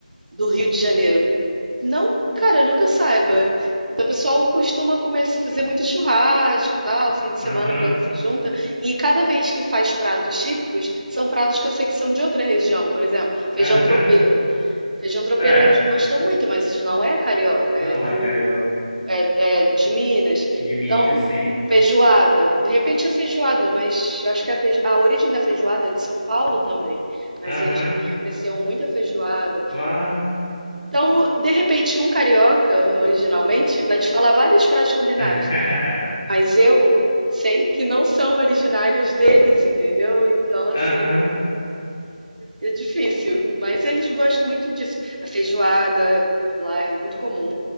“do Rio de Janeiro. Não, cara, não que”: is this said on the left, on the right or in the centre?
Right